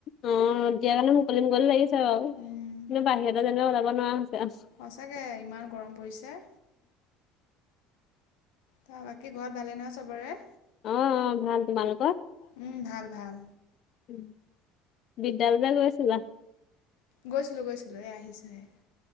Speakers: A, on the left (about 45°); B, on the left (about 80°).
A: অ' দিয়াৰ কাৰণে মুকলি মুকলি লাগিছে বাৰু কিন্তু
B: উম,
A: বাহিৰলে যেনিবা ওলাব নোৱাৰা হৈছে আও।
B: সঁচাকৈ ইমান গৰম পৰিছে ত বাকী ঘৰত ভালে নহয় চবৰে
A: অ ভাল তোমালোকৰ
B: উম ভাল ভাল
A: উ বিদ্যালয় লে গৈছিলা।
B: গৈছিলো গৈছিলো এ আহিছো হে